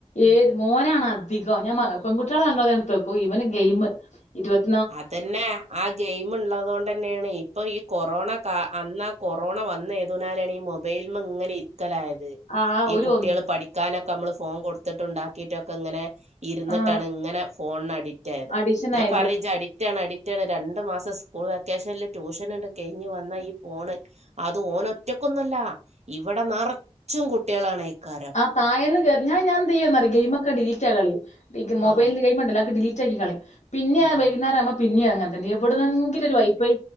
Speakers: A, on the left; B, on the right.
A: ഏത്
B: ഉം
A: മോനാണ് അധികം ഞാൻ മ്. പെൺകുട്ടിളെ നല്ലോം ടുത്ത്ക്കും ഇവൻ ഗെയിം ഇരുപത്തി..
B: അതന്നെ ആ ഗെയിമ്ള്ളതോണ്ട്... തന്നെയാണ് ഇപ്പൊ ഈ കൊറോണ കാ അന്നാ കൊറോണ വന്ന ഏതുനാലാണെ ഈ മൊബൈല്മ്മ ങ്ങനെ.. ക്കലായത്.
A: ആ
B: ഈ
A: ഒരു
B: കുട്ട്യോള്
A: ഒന്ന്
B: പഠിക്കാനൊക്കെ അമ്മള് ഫോൺ കൊടുത്തിട്ടുണ്ടാക്കിട്ടൊക്കെങ്ങനെ.. ഇരുന്ന്ട്ടാണ്
A: ആ
B: ഇങ്ങനെ ഫോണ് അഡിറ്റായത്
A: അഡിഷൻ
B: ഞാൻ
A: ആയത്
B: പറയു.. അഡിറ്റാണ് അഡിറ്റാണ് രണ്ട് മാസം സ്കൂൾ വെക്കേഷൻല് ട്യൂഷനണ്ട് കെയി ഞ്ഞ് വന്ന ഈ ഫോണ്.. അത് ഓൻ ഒറ്റക്കൊന്നല്ല. ഇവിടെ നറച്ചും കുട്ടിയാളാണേക്കാരം..
A: ആ താഴേന്ന് കേർ ഞാൻ ഞാൻ ന്തെയ്യുന്നറിയൊ ഗെയിമൊക്കെ ഡീലീറ്റാത് കളീം.. ഈ മൊബൈൽ.
B: ആ
A: ഗയിംണ്ടല്ലോ ആഹ്കെ ഡീലീറ്റാക്കി കളീം പിന്നി
B: ആ
A: വൈന്നേരവുബോ പിന്നി. അങ്ങനെ.. ന്നെ എവിടുന്നെങ്കിലൊരു വൈഫൈ